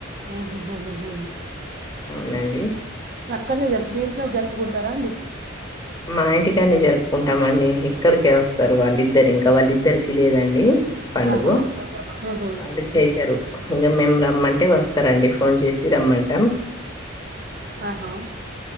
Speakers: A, on the right; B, on the left.
A: ఉహు హు హు
B: అవునండి
A: అక్కడనే మీ ఇంట్లో జరుపుకుంటారా అండి
B: మా ఇంటికానే జరుపుకుంటామండి ఇక్కడికే వస్తారు వాళ్ళిద్దరు ఇంకా వాళ్ళిద్దరికి లేదండి పండుగు
A: ఆహా ఉహు
B: వాళ్లు చే యరు ఇంక మేము రమ్మంటే వస్తారండి ఫోన్ చేసి రమ్మంటాం
A: ఆహా